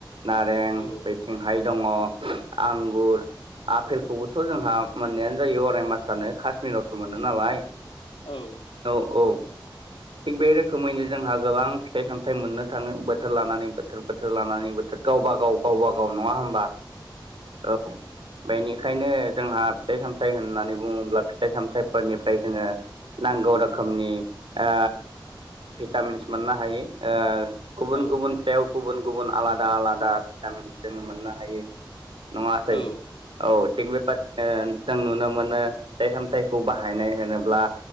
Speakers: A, on the right; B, on the left.
A: नारें
B: औ
A: बेथिंहाय दंङ आंगुर आफेलखौबो थ' जोंहा मोननायानो जायो अराय मासानो कास्मिरावसो मोनो नालाय
B: औ।
A: औ औ। थिग बे रोखोमैनो जोंहा गोबां फिथाइ सामथाइ मोननो थाङो बोथोर लानानै बो बोथोर बोथोर लानानै बोथोर गावबा गाव गावबा गाव नङा होमबा? औ बेनिखायनो जोंहा फिथाइ सामथाइ होननानै बुङोब्ला फिथाइ सामथायफोरनिफ्राय जोङो नांगौ रोखोमनि ओ भिटामिन्स मोननो हायो ओ गुबुन
B: औ
A: गुबुन फिथायाव गुबुन गुबुन आलादा आलादा भिटामिनस जों मोननो हायो। नङासै
B: औ
A: औ थिग बेबादिनो जों नुनो मोनो फिथाइ सामथायखौ बाहायनाय होनोब्ला